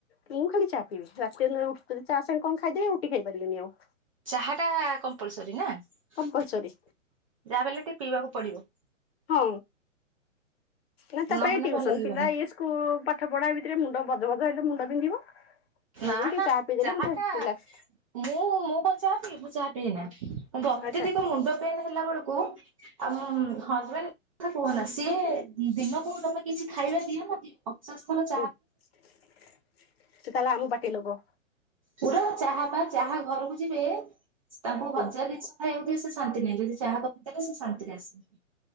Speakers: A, on the left; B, on the right.
A: ମୁଁ ଖାଲି ଚା ପିଇବି ରାତିି ହେଲେ ଚା ସାଙ୍ଗେ କଣ ଖାଇଦେବି ଆଉ ରୁଟି ଖାଇ ପାରିବିନି ଆଉ।
B: ଚାହା ଟା କମ୍ପଲସରୀ ନା ଯାହା
A: କମ୍ପଲସରି
B: ବଲେ ଟିକେ ପିଇବାକୁ ପଡିବ।
A: ହଁ ନା ତାପରେ
B: ନହେଲେ
A: ଟିଉସନ
B: ଭଲ ଲାଗିବନି।
A: ପିଲା ଏ କୁ ପାଠ ପଢା ଭିତରେ ମୁଣ୍ଡ ଗଜ ଗଜ ହେଲେ ମୁଣ୍ଡ ବିନ୍ଧିବ। ସେଇଠୁ
B: ନା
A: ଟିକେ
B: ନା
A: ଚା ପିଇଦେଲେ
B: ଚାହାଟା
A: ମତେ ରିଲାକ୍ସ
B: ମୁଁ ମୁଁ କଣ ଚାହା ପିଇଏ ମୁଁ ଚାହା ପିଇଏ ନା ଗତେ
A: ଆଚ୍ଛା।
B: ଦିକ ମୁଣ୍ଡ ପେନ ହେଲା ବେଳକୁ ଆଉ ହଜବେଣ୍ଡ କଥା କୁହନା ସିଏ ଦିନକୁ ତମେ କିଛି ଖାଇବା ଦିଅ ନଦିଅ ପଚାଶ ଥ
A: ହୁଁ ସେ ତାହେଲେ ଆମ ପାଟି ଲୋକ।
B: ପୁରା ଚାହା ପା ଚାହା ଘରକୁ ଯିବେ ତାଙ୍କୁ
A: ହୁଁ
B: ଭଜା ଜିନିଷ ଖାଇବାକୁ ଦିଅ ସେ ଶାନ୍ତି ନାହିଁ ଯଦି ଯାହା କପେ ସେ ଶାନ୍ତିରେ ଆସି